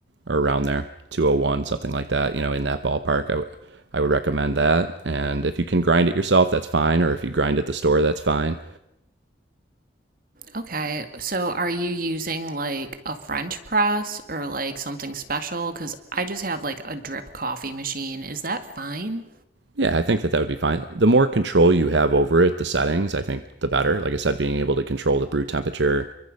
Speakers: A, on the right; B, on the right.
A: or around there, 201, something like that, you know, in that ballpark. I, w- I would recommend that. And if you can grind it yourself, that's fine. Or if you grind at the store, that's fine.
B: Okay. So are you using like a French press or like something special? Because I just have like a drip coffee machine. Is that fine?
A: Yeah, I think that that would be fine. The more control you have over it, the settings, I think the better. Like I said, being able to control the brew temperature,